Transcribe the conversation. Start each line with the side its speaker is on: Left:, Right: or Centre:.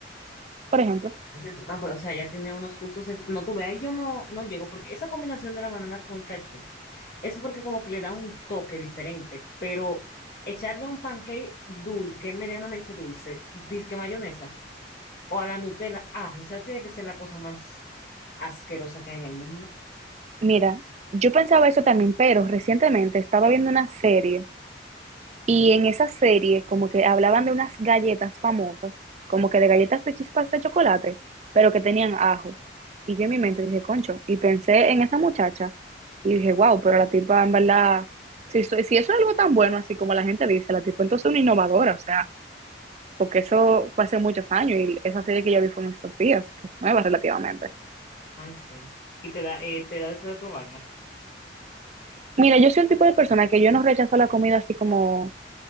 Right: por ejemplo.
Left: Ay, Dios. Ah, pero o sea, ella tiene unos gustos. ex- No, tú ve, ahí yo no, no llego, porque esa combinación de la banana con el cachú es porque como que le da un toque diferente, pero echarle a un pancake dulce, que es medianamente dulce, disque mayonesa, o a la Nutella, ah, o sea, tiene que ser la cosa más asquerosa que hay en el mundo.
Right: Mira, yo pensaba eso también, pero recientemente estaba viendo una serie Y en esa serie, como que hablaban de unas galletas famosas, como que de galletas de chispas de chocolate, pero que tenían ajo. Y yo en mi mente dije, concho, y pensé en esa muchacha y dije, wow, pero la tipa en verdad, si, so- si eso es algo tan bueno, así como la gente dice, la tipa entonces es una innovadora, o sea, porque eso fue hace muchos años y esa serie que yo vi fue en estos días, que es nueva relativamente.
Left: Ay, sí. Y te da, eh, te da deseo de probarla.
Right: Mira, yo soy el tipo de persona que yo no rechazo la comida así como O